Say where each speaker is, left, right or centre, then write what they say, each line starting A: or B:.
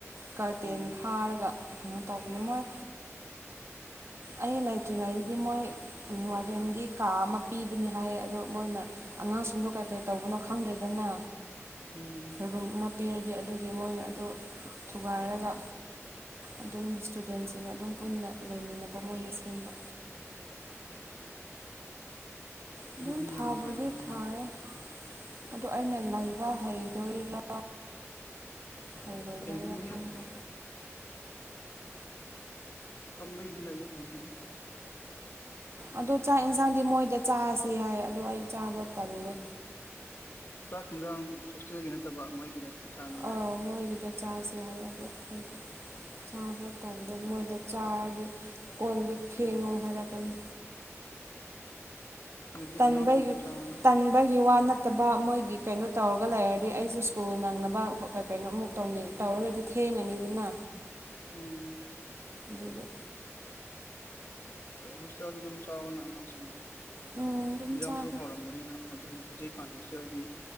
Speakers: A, on the right; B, on the left.
A: ꯀꯥꯔꯇꯦꯟ
B: ꯎꯝ
A: ꯈꯥꯔꯒ ꯀꯩꯅꯣ ꯇꯧꯕꯅꯤ ꯃꯣꯏ ꯑꯩ ꯂꯩꯇ꯭ꯔꯤꯉꯩꯗꯗꯤ ꯃꯣꯏ ꯋꯥꯔꯗꯦꯟꯒꯤ ꯀꯥ ꯑꯃ ꯄꯤꯕꯅꯤ ꯍꯥꯏꯌꯦ ꯑꯗꯣ ꯃꯣꯏꯅ ꯑꯉꯥꯡꯁꯤꯡꯗꯣ ꯀꯩ ꯇꯧꯕꯅꯣ ꯈꯪꯗ꯭ꯔꯦꯗꯅ
B: ꯎꯝ
A: ꯔꯨꯝ ꯄꯤꯔꯗꯤ ꯑꯗꯨꯒꯤ ꯃꯣꯏꯅ ꯑꯗꯨ ꯊꯨꯒꯥꯏꯔꯒ ꯑꯗꯨꯝ ꯏꯁꯇꯨꯗꯦꯟꯁꯤꯡꯒ ꯑꯗꯨꯝ ꯄꯨꯟꯅ ꯂꯩꯃꯤꯟꯅꯕ ꯑꯃ ꯃꯣꯏꯅ ꯁꯦꯝꯕ ꯑꯗꯨꯝ
B: ꯑꯗꯨꯗꯤ
A: ꯐꯥꯕꯨꯗꯤ
B: ꯌꯥꯝ ꯅꯨꯡꯉꯥꯏꯒꯅꯤꯅ
A: ꯐꯥꯔꯦ ꯑꯗꯣ ꯑꯩꯅ ꯂꯩꯕ ꯍꯩꯗꯣꯏꯔꯥ ꯍꯩꯔꯣꯏꯗꯣꯏꯔꯥ
B: ꯍꯩꯒꯅꯤꯍꯦ
A: ꯈꯪꯗ꯭ꯔꯦ
B: ꯄꯪꯂꯩꯗ ꯂꯩꯕ ꯐꯤ ꯏꯟꯒꯅꯤ
A: ꯑꯗ ꯆꯥꯛ ꯌꯦꯟꯁꯥꯡꯗꯤ ꯃꯣꯏꯗ ꯆꯥꯁꯤ ꯌꯥꯏ ꯑꯗꯣ ꯑꯩ ꯆꯥꯕ ꯇꯜꯂꯦ
B: ꯆꯥꯛ ꯏꯟꯁꯥꯡ ꯍꯣꯁꯇꯦꯜꯒꯤ ꯅꯠꯇꯕ ꯃꯣꯏꯒꯤꯗ ꯆꯥꯅꯤꯡꯉꯥꯏ
A: ꯑꯧ ꯃꯣꯏꯒꯤꯗ ꯆꯥꯔꯥꯁꯦ ꯍꯥꯏꯌꯦ ꯑꯗꯣ ꯍꯥꯏꯗꯤ ꯆꯥꯕ ꯇꯟꯂꯦ ꯃꯣꯏꯗ ꯆꯥꯔꯗꯤ ꯀꯣꯟ ꯂꯤꯛ ꯐꯦꯡꯉꯣ ꯍꯥꯏꯔꯛꯀꯅꯤ
B: ꯑꯗꯨꯗꯤ
A: ꯇꯟꯒꯤ
B: ꯑꯉꯥꯡꯁꯤꯡꯒ ꯆꯥꯎꯅ
A: ꯇꯟꯕꯒꯤ ꯋꯥꯅ <unintelligible> ꯐꯠꯇꯕ ꯃꯣꯏꯒꯤ ꯀꯩꯅꯣ ꯇꯧꯔꯒ ꯂꯩꯔꯗꯤ ꯑꯩꯁꯦ ꯁ꯭ꯀꯨꯜ ꯅꯪꯅꯕ ꯀꯩꯅꯣꯃꯨꯛ ꯇꯧꯅꯤꯡꯉꯤ ꯇꯧꯔꯒꯗꯤ ꯊꯦꯡꯉꯅꯤꯗꯅ
B: ꯎꯝ
A: ꯑꯗꯨꯒꯦ
B: ꯍꯁ ꯌꯥ ꯑꯗꯨ ꯁꯥꯎꯅ ꯉꯪꯁꯤꯒ <unintelligible>
A: ꯎꯝ ꯑꯗꯨꯝ
B: ꯏꯟꯖꯥꯡꯁꯨ
A: ꯆꯥꯒꯦ
B: ꯍꯥꯎꯔꯝꯝꯕꯅꯤꯅ ꯍꯧꯖꯤꯛ ꯍꯧꯖꯤꯛ ꯀꯥꯟ ꯍꯣꯁꯇꯦꯜꯗꯤ